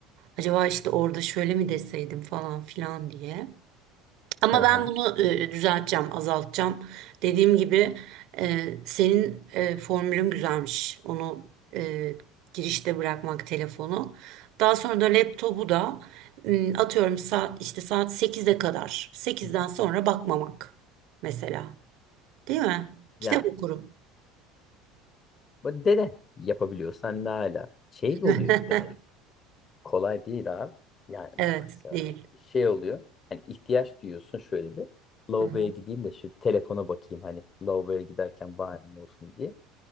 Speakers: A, on the right; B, on the left.
A: acaba işte orada şöyle mi deseydim falan filan diye. Ama
B: hı.
A: ben bunu e, düzelteceğim, azaltacağım. Dediğim gibi e, senin e, formülün güzelmiş. Onu e, girişte bırakmak telefonu. Daha sonra da laptopu da m, atıyorum saat işte saat 8'e kadar. 8'den
B: Hı hı.
A: sonra bakmamak mesela. Değil mi? Kitap
B: Yani
A: okurum.
B: bu dede yapabiliyorsan ne hala. Şey bir oluyor
A: <laughs>
B: bir de hani kolay değil abi. Yani
A: Evet,
B: bak mesela
A: değil.
B: şey oluyor. Hani ihtiyaç duyuyorsun şöyle bir. Lavaboya
A: Hı hı,
B: gideyim de şu telefona bakayım hani lavaboya giderken bahanem olsun diye.